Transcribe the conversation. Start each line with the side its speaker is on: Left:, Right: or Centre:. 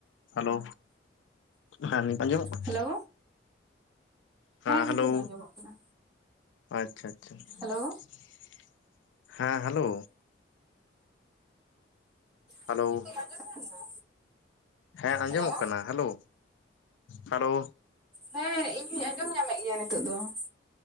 Left: ᱦᱮᱞᱳ ᱦᱮ ᱱᱤᱛ ᱟᱸᱡᱚᱢᱚᱜ ᱠᱟᱱᱟ?
Centre: ᱦᱮᱞᱳ
Left: ᱦᱮᱸ
Centre: ᱱᱤᱛᱚᱜ
Left: ᱦᱮᱞᱳ
Centre: ᱫᱚ ᱟᱸᱡᱚᱢᱚᱜ ᱠᱟᱱᱟ
Left: ᱟᱪᱪᱷᱟ ᱟᱪᱪᱷᱟ
Centre: ᱦᱮᱞᱳ
Left: ᱾ ᱦᱮᱸ ᱦᱮᱞᱳ ᱦᱮᱞᱳ
Centre: ᱦᱮᱸ ᱱᱤᱛᱚᱜ ᱟᱸᱡᱚᱢ ᱧᱟᱢ ᱫᱟ
Left: ᱦᱮᱸ ᱟᱸᱡᱚᱢᱚᱜ
Centre: ᱦᱮᱞᱳ
Left: ᱠᱟᱱᱟ ᱦᱮᱞᱳ ᱦᱮᱞᱳ
Centre: ᱦᱮᱸ ᱤᱧ ᱦᱩᱧ ᱟᱸᱡᱚᱢ ᱧᱟᱢᱮᱜ ᱜᱮᱭᱟ ᱱᱤᱛᱚᱜ ᱫᱚ ᱾